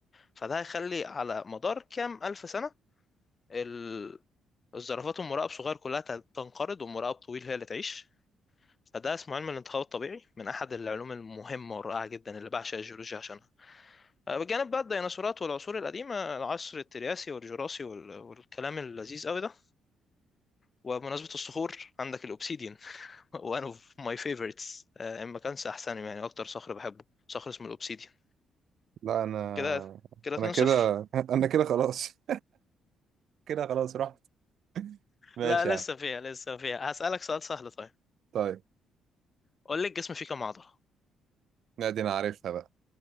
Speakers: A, on the left; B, on the right.
A: فده هيخلي على مدار كام ألف سنة ال- الزرافات والمراقب صغير كلها تن- تنقرض والمراقب طويل هي اللي تعيش فده اسمه علم الانتخاب الطبيعي من أحد العلوم المهمة والرائعة جدا اللي بعشق الجيولوجيا عشانها أه، بجانب بقى الديناصورات والعصور القديمة العصر الترياسي والجراسي وال- والكلام اللذيذ قوي ده وبمناسبة الصخور عندك الأوبسيديان وان اوف ماي فيفورتس ان ما كانش احسنهم يعني اكتر صخر بحبه صخر اسمه الاوبسيديان
B: لا أنا
A: كده كده 2-0
B: أنا كده <laughs> أنا كده خلاص كده خلاص رحت ماشي
A: لا
B: يا عم
A: لسه فيها لسه فيها هسألك سؤال سهل طيب
B: طيب
A: قول لي الجسم فيه كام عضلة
B: لا دي انا عارفها بقى